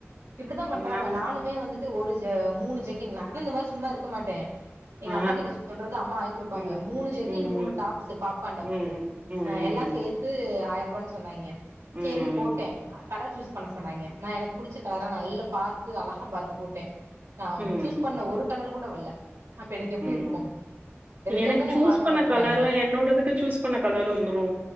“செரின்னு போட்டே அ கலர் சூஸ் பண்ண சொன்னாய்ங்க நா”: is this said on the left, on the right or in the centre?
Right